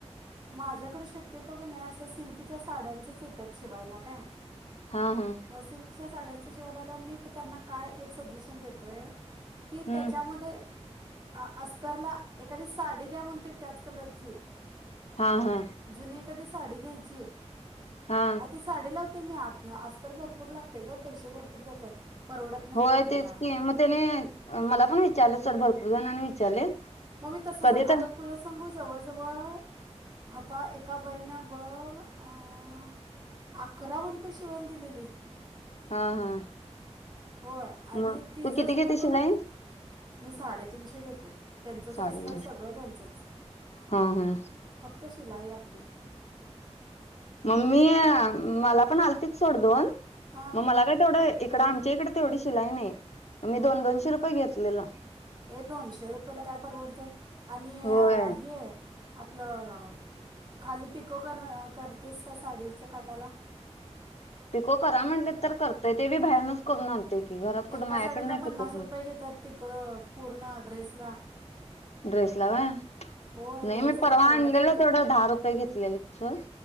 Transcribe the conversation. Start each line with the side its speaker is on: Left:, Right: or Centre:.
Right: माझ्याकडे शक्यतो की नाही अशा सिल्कच्या साड्यांचेच येत्यात शिवायला काय
Left: हा हा.
Right: म सिल्कच्या साड्यांचा शिवाला आल्यावर मी त्यांना काय एक सजेशन देतोय,, की
Left: हम्म
Right: मध्ये अ अस्तरला एखादी साडी द्या म्हणतोय त्याच कलरची.
Left: हा हा.
Right: जुनी एखादी साडी घ्यायची,
Left: हा
Right: आधीच साडी लावतोय मी आतनं, अस्तर भरपूर लागतंय गं पैसे भरपूर जातात. परवडत नाही
Left: होय
Right: ते आपल्याला
Left: तेच की, मग त्याने मला पण विचारलं सोड भरपूर जणांनी विचारले.
Right: मग मी तसंच
Left: कधी
Right: आहे, आता
Left: तर
Right: तुला सांगू जवळजवळ आता एका बाईनं बघ अ अकरा वनपीस शिवायला दिलेली.
Left: हा हा.
Right: होय आणि
Left: मग
Right: तिजंच
Left: तू किती
Right: बघून,
Left: घेते शिलाई
Right: मी साडेतीनशे घेते. त्यांचंच
Left: साडेतीनशे
Right: अस्तर सगळं त्यांचंच,
Left: हा हा
Right: फक्त शिलाई आपली.
Left: मग मी अ मला पण आलतीत सोड दोन,
Right: हां
Left: मग मला काय तेवढं इकडं आमच्या इकडे तेवढी शिलाई नाही, मी दोन दोनशे रुपये घेतलेलं.
Right: ए दोनशे रुपयाला काय परवडतंय आणि
Left: होय
Right: हे‌ आपलं खाली पिको कर करतेस का साडीच्या काटाला?
Left: पिको करा म्हटले तर करतंय, ते बी बाहेरनंच करून आणतोय की घरात
Right: एका
Left: कुठं,
Right: साडीला
Left: मायाकडे नाही
Right: पन्नास
Left: पिको
Right: रुपये घेतात पिको पूर्ण ड्रेस ला.
Left: ड्रेसला व्हय,
Right: होय घ्यायचं
Left: नाही मी परवा
Right: परवडत
Left: आणलेलो
Right: नाही ते
Left: तेवढं दहा रुपये घेतलेलं तिचं.